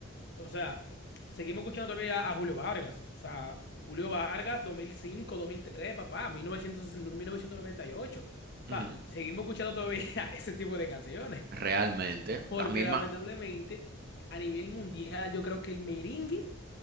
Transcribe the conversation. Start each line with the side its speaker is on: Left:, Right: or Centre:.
Left: O sea, seguimos escuchando todavía a Julio Vargas. O sea, Julio Vargas, dos dos mil cinco, dos mil tres, papá, mil mil novecientos mil novecientos noventa y ocho. O
Right: ujú.
Left: sea, seguimos escuchando todavía <laughs> ese tipo de canciones.
Right: Realmente,
Left: Porque
Right: las mismas.
Left: lamentablemente, a nivel mundial, yo creo que el merengue